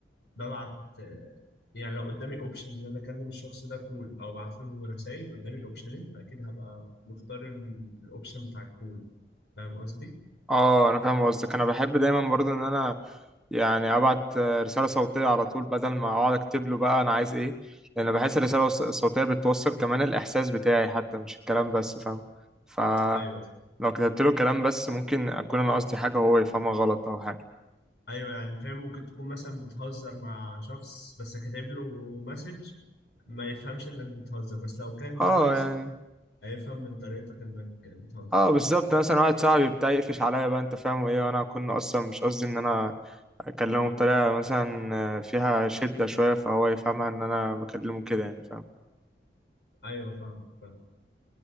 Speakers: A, on the left (about 80°); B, in the centre.
A: ببعت يعني لو قدامي أوبشن إن أنا أكلم الشخص ده كول أو أبعت له رسايل قدامي الأوبشنين فأكيد هبقى مختار ال- الأوبشن بتاع الكول فاهم قصدي؟
B: اه انا فاهم قصدك انا بحب دايما برضو ان انا يعني ابعت آه، رساله صوتيه على طول بدل ما اقعد اكتب له بقى انا عايز ايه لان بحس الرساله الص- الصوتيه بتوصل كمان الاحساس بتاعي حتى مش الكلام بس فاهم ف
A: أيوه صح.
B: لو كتبت له كلام بس ممكن اكون انا قصدي حاجه وهو يفهمها غلط او حاجه
A: أيوه يعني فاهم ممكن تكون مثلا بتهزر مع شخص بس كاتب له مسج ما يفهمش انك بتهزر بس لو كانت
B: اه
A: فويس
B: يعني
A: هيفهم من طريقتك انك بتهزر
B: اه
A: صح؟
B: بالظبط مثلا واحد صاحبي بتاع يقفش عليا بقى انت فاهم وايه وانا كنا اصلا مش قصدي ان انا اكلمه بطريقه مثلا آه، فيها شده شويه فهو يفهمها ان انا بكلمه كده يعني فاهم
A: ايوه فاهمك فاهم